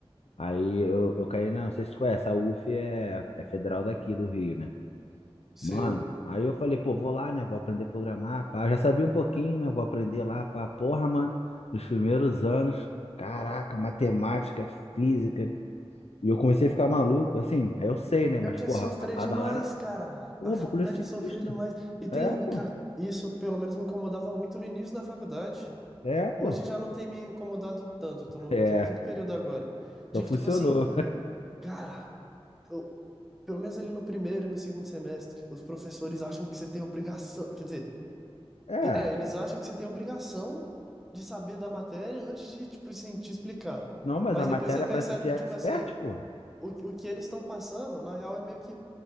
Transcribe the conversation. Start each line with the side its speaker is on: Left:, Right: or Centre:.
Left: Aí eu, eu caí na, não sei se tu conhece, a UF é, é federal daqui do Rio, né?
Centre: Sim.
Left: Mano, aí eu falei, pô, vou lá, né? Vou aprender a programar, pá. Eu já sabia um pouquinho, né? Vou aprender lá, pá. Porra, mano, nos primeiros anos, caraca, matemática, física. E eu comecei a ficar maluco, assim, aí eu sei, né?
Centre: Pior
Left: Mas,
Centre: que
Left: porra,
Centre: é sofrer
Left: a pedalada,
Centre: demais, cara.
Left: pô,
Centre: A
Left: o
Centre: faculdade
Left: bagulho é sinistro.
Centre: é sofrer demais. E tem
Left: É,
Centre: o.
Left: pô.
Centre: Cara, isso pelo menos me incomodava muito no início da faculdade.
Left: É, pô.
Centre: Hoje
Left: <laughs>
Centre: já não tem me incomodado tanto. Eu tô no,
Left: É,
Centre: eu tô no quinto período agora.
Left: então
Centre: De
Left: funcionou.
Centre: que, tipo assim, cara, eu- pelo menos ali no primeiro e no segundo semestre, os professores acham que você tem obrigação. Quer dizer,
Left: <laughs> É.
Centre: é, eles acham que você tem obrigação de saber da matéria antes de, tipo assim, te explicar.
Left: Não, mas
Centre: Mas
Left: a matéria
Centre: depois você percebe
Left: parece de
Centre: que,
Left: expert,
Centre: tipo assim,
Left: porra.
Centre: o, o que eles estão passando, na real, é meio que